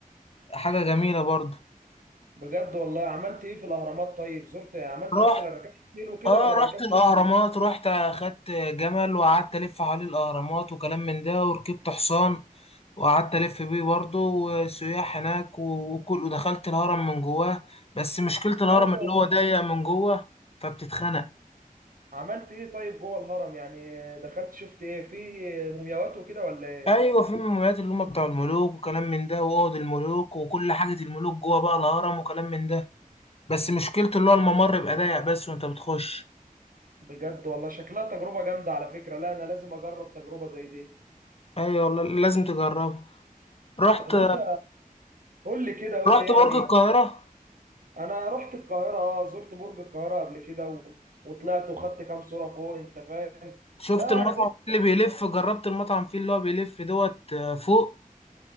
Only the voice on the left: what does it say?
حاجة جميلة برضه
رحت
اه
رحت
الاهرامات
رحت اخدت جمل وقعدت الف حوالين الاهرامات وكلام من ده وركبت حصان وقعدت الف بيه برضه وسياح هناك و- وكل ودخلت الهرم من جواه بس مشكلة الهرم
اللي هو ضيق من جوه فبتتخنق
ايوه في المولات اللي هم بتاع الملوك وكلام من ده واوض الملوك وكل حاجة الملوك جوه بقى الهرم وكلام من ده بس مشكلته اللي هو الممر بيبقى ضيق بس وانت بتخش
ايوه والله لازم تجربه رحت
رحت
برج القاهرة
شفت
المطعم
اللي بيلف جربت المطعم فيه اللي هو بيلف دوت آه، فوق